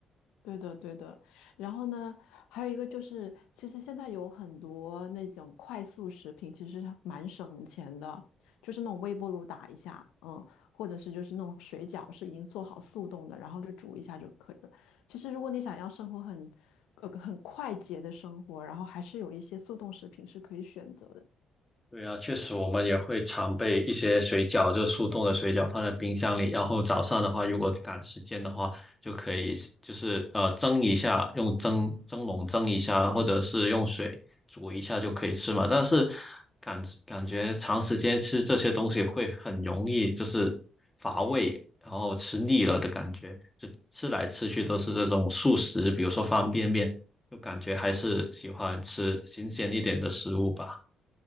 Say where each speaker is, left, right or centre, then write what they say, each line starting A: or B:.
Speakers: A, on the left; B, on the left.
A: 对的，对的。然后呢，还有一个就是，其实现在有很多那种快速食品，其实蛮省钱的，就是那种微波炉打一下，嗯，或者是就是那种水饺是已经做好速冻的，然后就煮一下就可以了。其实如果你想要生活很，呃，很快捷的生活，然后还是有一些速冻食品是可以选择的。
B: 对啊，确实我们也会常备一些水饺，就是速冻的水饺放在冰箱里，然后早上的话，如果赶时间的话，就可以就是呃蒸一下，用蒸蒸笼蒸一下，或者是用水煮一下就可以吃嘛。但是感感觉长时间吃这些东西会很容易就是乏味，然后吃腻了的感觉，就吃来吃去都是这种速食，比如说方便面，就感觉还是喜欢吃新鲜一点的食物吧。